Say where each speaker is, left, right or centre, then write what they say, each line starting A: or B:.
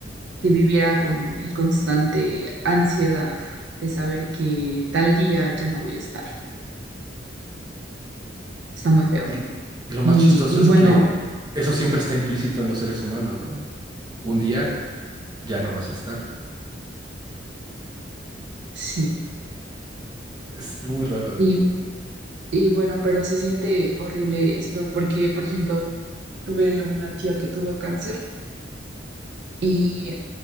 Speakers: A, on the right (about 65°); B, on the right (about 25°).
A: que viviera con el constante ansiedad de saber que tal día ya no voy a estar. está muy feo.
B: Y l- lo más
A: Y,
B: chistoso
A: y
B: es
A: bueno,
B: que eso siempre está implícito en los seres humanos, ¿no? Un día ya no vas a estar.
A: sí,
B: Es muy raro.
A: y, y bueno, pero se siente horrible esto porque, por ejemplo, tuve una tía que tuvo cáncer y